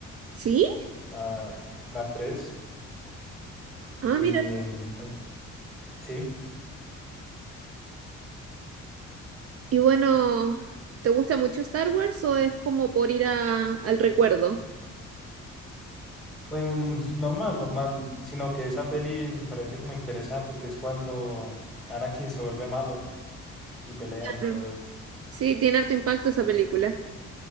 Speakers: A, on the right (about 50°); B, in the centre.
A: Sí.
B: la, la 3 y
A: Ah, mira tú.
B: em, eh, sí,
A: Y bueno, ¿te gusta mucho Star Wars o es como por ir a- al recuerdo?
B: pues normal, normal, sino que esa peli me parece como interesante, que es cuando Anakin se vuelve malo y pelean y
A: Mm.
B: todo eso.
A: Sí, tiene harto impacto esa película.